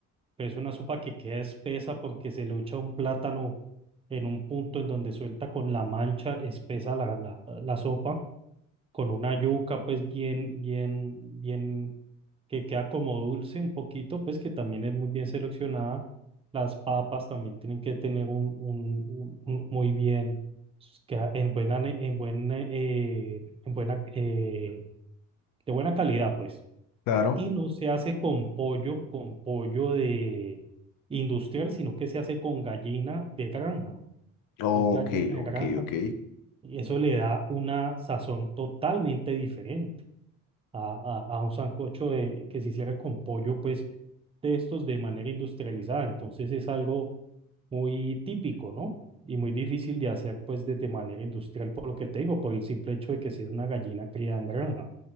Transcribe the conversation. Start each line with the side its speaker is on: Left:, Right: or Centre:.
Right: pero es una sopa que queda espesa porque se le echa un plátano en un punto en donde suelta con la mancha espesa la, la, la sopa, con una yuca pues bien, bien, bien que queda como dulce un poquito, pues que también es muy bien seleccionada. Las papas también tienen que tener un, un- un- un- muy bien, que en buena, ne- en buena, eh, en buena, eh, de buena calidad, pues.
Left: claro.
Right: Y no se hace con pollo, con pollo de industrial, sino que se hace con gallina de granja.
Left: Ok,
Right: Es gallina de granja.
Left: ok, ok.
Right: Y eso le da una sazón totalmente diferente a, a- a un sancocho de- que se hiciera con pollo, pues de estos de manera industrializada. Entonces es algo muy típico, ¿no? Y muy difícil de hacer, pues, de, de manera industrial, por lo que te digo, por el simple hecho de que sea una gallina criada en granja.